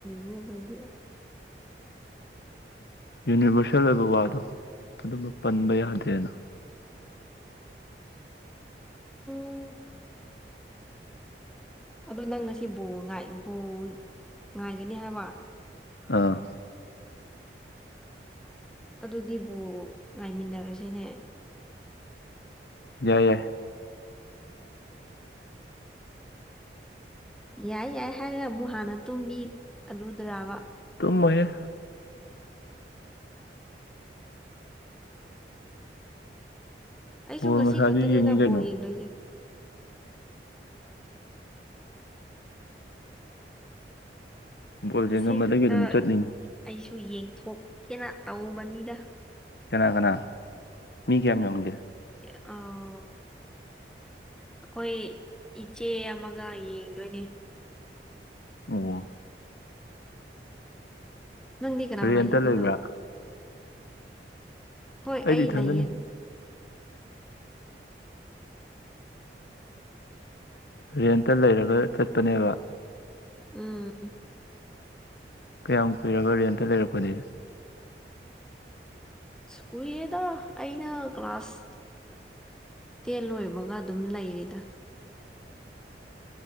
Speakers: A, in the centre; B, on the left (about 65°).
A: ꯃꯤ ꯑꯣꯏꯗꯤꯦ
B: ꯌꯨꯅꯤꯚꯔꯁꯦꯜ ꯑꯣꯏꯕ ꯋꯥꯗꯣ ꯑꯗꯨꯝꯕ ꯄꯟꯕ ꯌꯥꯗꯦꯅ
A: ꯑꯣ ꯑꯗꯣ ꯅꯪ ꯉꯁꯤ ꯕ ꯕꯣ ꯉꯥꯏꯒꯅꯤ ꯍꯥꯏꯕ
B: ꯑꯥ
A: ꯑꯗꯨꯗꯤꯕꯨ ꯉꯥꯏꯃꯤꯟꯅꯔꯁꯦꯅꯦ
B: ꯌꯥꯏ ꯌꯥꯏ
A: ꯌꯥꯏ ꯌꯥꯏ ꯍꯥꯏꯔꯒ ꯑꯃꯨꯛ ꯍꯥꯟꯅ ꯇꯨꯝꯕꯤ ꯑꯗꯨꯗ꯭ꯔꯕ
B: ꯃꯣꯏꯌꯦꯦ
A: ꯑꯩꯁꯨ
B: ꯕꯣꯜ
A: ꯉꯁꯤ
B: ꯉꯁꯥꯏꯁꯨ
A: ꯈꯛꯇꯅꯦꯅ
B: ꯌꯦꯡꯉꯤ ꯀꯩꯅꯣ
A: ꯕꯣꯜ ꯌꯦꯡꯗꯣꯏꯁꯦ
B: ꯕꯣꯜ
A: ꯉꯁꯤ
B: ꯌꯦꯡꯉꯝꯕꯗꯒꯤ
A: ꯈꯛꯇ
B: ꯑꯗꯨꯝ ꯆꯠꯂꯤꯅꯤ
A: ꯑꯩꯁꯨ ꯌꯦꯡꯊꯣꯛꯀꯦꯅ ꯇꯧꯕꯅꯤꯗ
B: ꯀꯅꯥ ꯀꯅꯥ ꯃꯤꯒꯤ ꯌꯥꯝ ꯌꯝꯒꯦ
A: ꯑꯥꯎ ꯑꯩꯈꯣꯏ ꯏꯆꯦ ꯑꯃꯒ ꯌꯦꯡꯗꯣꯏꯅꯦ
B: ꯑꯣ
A: ꯅꯪꯗꯤ ꯀꯅꯥꯉ
B: ꯔꯦꯟꯇ
A: ꯑꯩ ꯏ ꯑꯗꯨꯔ
B: ꯂꯩꯕ꯭ꯔꯥ
A: ꯍꯣꯏ
B: ꯑꯩꯗꯤ
A: ꯑꯩ
B: ꯏꯊꯟꯗꯅꯤ
A: ꯂꯩꯌꯦꯗꯤ
B: ꯔꯦꯟꯇ ꯂꯩꯔꯒ ꯆꯠꯄꯅꯦꯕ
A: ꯑꯝ
B: ꯀꯌꯥꯝ ꯀꯨꯏꯔꯒ ꯔꯌꯦꯦꯟꯇ ꯂꯩꯔꯛꯄꯅꯤꯦ
A: ꯁ꯭ꯀꯨꯏꯜꯦꯗ ꯑꯩꯅ ꯀ꯭ꯂꯥꯁ ꯇꯦꯟ ꯂꯣꯏꯕꯒ ꯑꯗꯨꯝ ꯂꯩꯔꯤꯗ